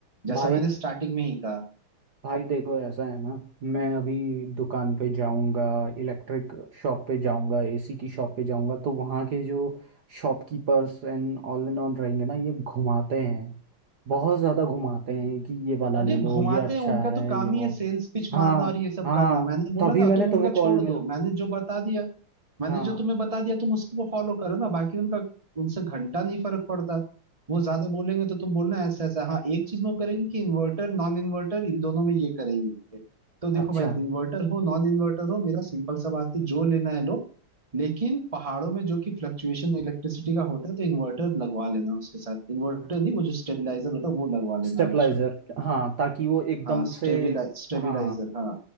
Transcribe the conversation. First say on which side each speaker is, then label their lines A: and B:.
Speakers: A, on the right; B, on the right.
A: जैसा
B: भाई
A: मैंने स्टार्टिंग में ही कहा
B: भाई देखो ऐसा है ना मैं अभी दुकान पे जाऊंगा इलेक्ट्रिक शॉप पे जाऊंगा एसी की शॉप पे जाऊंगा तो वहाँ के जो शॉपकीपर्स एंड ऑल एंड ऑल रहेंगे ना ये घुमाते हैं बहुत ज़्यादा घुमाते हैं कि ये वाला
A: अरे
B: ले लो
A: घुमाते
B: ये अच्छा
A: हैं उनका
B: है
A: तो काम
B: ये वो
A: ही है सेल्स पिच
B: हाँ
A: मारना और ये सब
B: हाँ
A: करना मैंने बोला
B: तभी
A: ना
B: मैंने
A: तुम
B: तुम्हें
A: उनका
B: कॉल
A: छोड़
B: मिल
A: दो मैंने जो बता दिया मैंने
B: हाँ
A: जो तुम्हें बता दिया तुम उसको फॉलो करो ना बाकी उनका उनसे घंटा नहीं फर्क पड़ता वो ज्यादा बोलेंगे तो तुम बोलना ऐसा ऐसा हाँ एक चीज वो करेंगे कि इन्वर्टर नॉन इन्वर्टर इन दोनों में ये करेंगे तो देखो
B: अच्छा
A: भाई इन्वर्टर हो नॉन इन्वर्टर हो मेरा सिंपल सा बात है जो लेना है लो लेकिन पहाड़ों में जो कि फ्लक्चुएशन इलेक्ट्रिसिटी का होता है तो इन्वर्टर लगवा लेना उसके साथ इन्वर्टर नहीं वो जो स्टेबलाइजर होता है वो लगवा
B: स्टेबलाइजर
A: लेना हमेशा
B: हाँ ताकि वो एकदम
A: हाँ स्टेबिलाइज
B: से
A: स्टेबिलाइजर
B: हाँ
A: हाँ